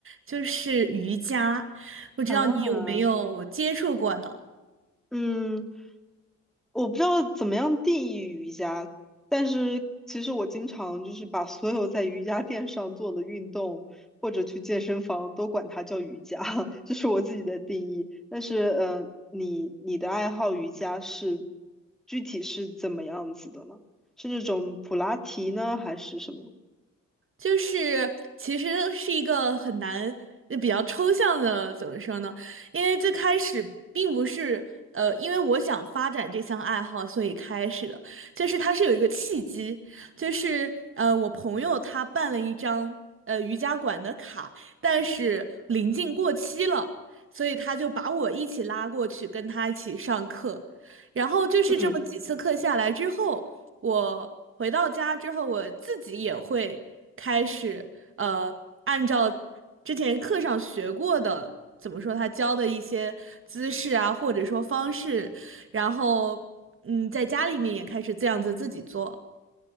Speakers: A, on the right (about 45°); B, in the centre.
A: 就是瑜伽。不知道你有没有接触过呢？
B: 啊，嗯，我不知道怎么样定义瑜伽，但是其实我经常就是把所有在瑜伽垫上做的运动或者去健身房都管它叫瑜伽，<laughs> 这是我自己的定义。但是，呃，你你的爱好瑜伽是具体是怎么样子的呢？是那种普拉提呢，还是什么？
A: 就是其实是一个很难、比较抽象的，怎么说呢？因为最开始并不是呃，因为我想发展这项爱好，所以开始的，就是它是有一个契机，就是呃，我朋友他办了一张呃瑜伽馆的卡，但是临近过期了，所以他就把我一起拉过去，跟他一起上课，然后就是这么几次课下来之后。
B: 嗯。
A: 我回到家之后，我自己也会开始呃，按照之前课上学过的，怎么说他教的一些姿势啊，或者说方式，然后嗯，在家里面也开始这样子自己做。